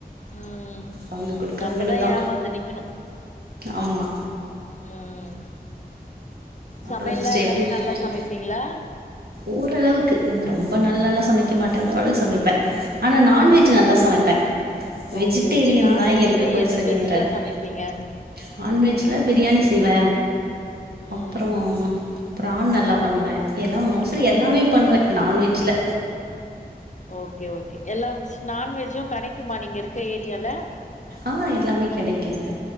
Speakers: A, on the left; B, on the right.
A: ம்
B: அவங்க குடுக்குற
A: நம்பதா
B: மெனுதா
A: ஏமாந்து நிக்கிணு
B: ஆமா
A: ம்
B: அப்றோ
A: சமையல்லா
B: சிஸ்டர்
A: எல்லாமே
B: எப்டி
A: நல்லா சமைப்பீங்ளா
B: ஓரளவுக்கு ரொம்ப நல்லாலா சமைக்க மாட்டே ஓரளவுக்கு சமைப்பே ஆனா நான்வெஜ்
A: ம்
B: நல்லா சமைப்பே வெஜிடேரியன்
A: ஓகே ஓகே நான்வெஜ்ல
B: தா எனக்கு கொஞ்ச
A: எது
B: சரியா
A: பெஸ்ட்டா
B: வராது
A: சமைப்பீங்க
B: நான்வெஜ்ல பிரியாணி செய்வ
A: ம்
B: அப்புறோ அப்ப்ரானண நல்லா பண்ணுவே எல்லா மோஸ்ட்லி
A: ஓகே
B: எல்லாமே பண்ணுவே நான் வெஜ்ல
A: ஓகே ஓகே எல்லாவஸ் நான்வெஜ்ஜுங் கெடைக்குமா நீங்க இருக்க ஏரியால
B: ஆ எல்லாமே கெடைக்குங்க